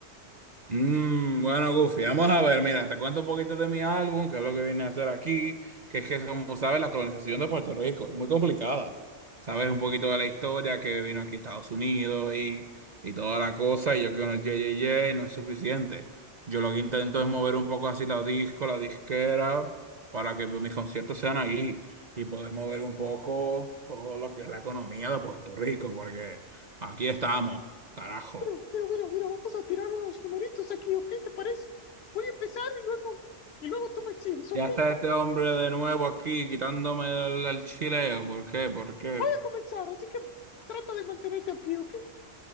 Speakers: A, on the right; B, on the left.
A: Mm, bueno, Goofy, vamos a ver, mira, te cuento un poquito de mi álbum, que es lo que viene a hacer aquí, que es que, como sabes, la colonización de Puerto Rico es muy complicada. Sabes un poquito de la historia que vino aquí a Estados Unidos y, y toda la cosa, y yo que con el JJJ no es suficiente. Yo lo que intento es mover un poco así la disco, la disquera, para que mis conciertos sean aquí y poder mover un poco todo lo que es la economía de Puerto Rico, porque aquí estamos, carajo.
B: Pero, pero, mira, mira, vamos a tirar unos numeritos aquí, ¿ok? ¿Te parece? Voy a empezar y luego, y luego tú me sigues, ¿ok?
A: Ya está este hombre de nuevo aquí quitándome el, el chileo. ¿Por qué? ¿Por qué?
B: Voy a comenzar, así que trata de mantenerte a pie, ¿ok?